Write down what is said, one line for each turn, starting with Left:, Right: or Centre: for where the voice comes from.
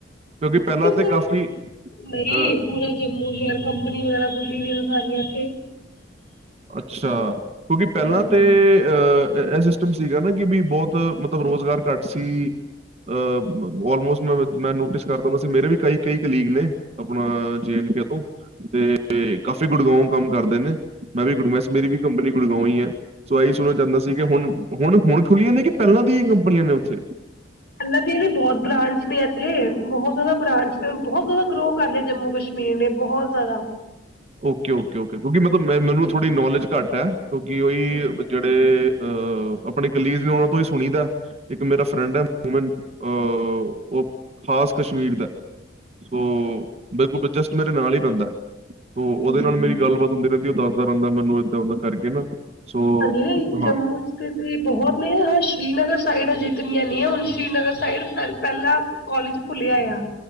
Right: ਕਿਉਂਕਿ ਪਹਿਲਾਂ
Left: ਬਿਲਕੁਲ
Right: ਤੇ ਕਾਫੀ
Left: ਨਹੀਂ
Right: ਅ
Left: ਪੂਰਾ ਜੰਮੂ ਸ਼ੇਅਰ ਕੰਪਨੀ ਵਗੈਰਾ ਖੁੱਲੀ ਵੀ ਏ ਸਾਰੀਆਂ ਇੱਥੇ।
Right: ਅੱਛਾ ਕਿਉਂਕਿ ਪਹਿਲਾਂ
Left: ਹਾਂਜੀ
Right: ਤੇ ਅਹ, ਸੀਸ- ਟਮ ਸੀਗਾ ਨਾ ਕਿ ਵੀ ਬੋਤ ਮਤਲਬ ਰੁਜ਼ਗਾਰ ਘੱਟ ਸੀ। ਅ ਆਲਮੋਸਟ ਮੈਂ- ਮੈਂ ਨੋਟਿਸ ਕਰ ਦ ਹੁੰਦਾ ਸੀ ਮੇਰੇ ਵੀ ਕਈ- ਕਈ ਕਲੀਗ ਨੇ ਆਪਣਾ- ਜ ਐਂਡ ਤੋਂ, ਤੇ ਕਾਫੀ ਗੁੜਗਾਓ ਕੰਮ ਕਰਦੇ ਨੇ। ਮੈਂ ਵੀ ਗੁੜ ਵੈਸ ਮੇਰੀ ਵੀ ਕੰਪਨੀ ਗੁੜਕਾਉਈ ਈ ਹੈ ਸੋ ਇਹੀ ਸੁਣਣਾ ਚਾਹੁੰਦਾ ਸੀ ਕਿ ਹੁਣ, ਹੁਣ ਹੁਣ ਖੁੱਲੀਆਂ ਨੇ ਕਿ, ਪਹਿਲਾਂ ਦੀ ਈ ਕੰਪਨੀਆਂ ਨੇ ਉੱਥੇ?
Left: ਲਗੇ ਵੀ ਬਹੋਤ ਬ੍ਰਾਂਚ ਨੇ ਇੱਥੇ ਬਹੋਤ ਜ਼ਿਆਦਾ ਬ੍ਰਾਂਚ ਨੇ ਬਹੋਤ ਜ਼ਿਆਦਾ ਗਰੋ ਕਰ ਲਏ ਜੰਮੂ ਕਸ਼ਮੀਰ ਨੀ ਐਹਨੇ ਬਹੋਤ ਜ਼ਿਆਦਾ।
Right: ਓਕੇ- ਓਕੇ, ਓਕੇ ਕਿਉਂਕਿ ਮਤਲਬ ਮੈਨੂੰ ਥੋੜੀ ਨੌਲੇਜ ਘੱਟ ਹੈ ਕਿਉਂਕਿ ਉਹੀ
Left: ਜੀ ਜੀ
Right: ਜਿਹੜੇ ਅਹ ਆਪਣੇ ਕਲੀਜ ਨੇ ਉਹਨਾਂ ਤੋਂ ਈ ਸੁਣੀ ਦੈ। ਇੱਕ ਮੇਰਾ ਫਰੈਂਡ ਐ ਮਨ ਅ ਉਹ ਖਾਸ ਕਸ਼ਮੀਰ ਦੈ। ਸੋ ਬਿਲਕੁਲ ਜਸਟ ਮੇਰੇ ਨਾਲ ਈ ਪੈਦੈ ਸੋ
Left: ਹਾਂਜੀ
Right: ਉਹਦੇ ਨਾਲ ਮੇਰੀ ਗੱਲਬਾਤ ਹੁੰਦੀ ਰਹਿੰਦੀ ਐ। ਉਹ ਦੱਸਦਾ ਰਹਿੰਦਾ ਮੈਨੂੰ ਏਦਾਂ ਦਾਂ ਕਰਕੇ ਨਾ। ਸੋ
Left: ਹਾਜੀ। ਜੰਮੂ
Right: ਹਾਂ
Left: ਚ ਤੇ ਬਹੁਤ ਨੇ। ਹਾਂ ਸ਼੍ਰੀਨਗਰ ਸਾਈਡ ਅਜੇ ਇਤਨੀਆਂ ਨਈ ਐ। ਹੁਣ ਸ਼੍ਰੀਨਗਰ ਸਾਈਡ ਪ ਪਹਿਲਾਂ ਕੋਲਜ ਖੁੱਲਿਆ ਆ।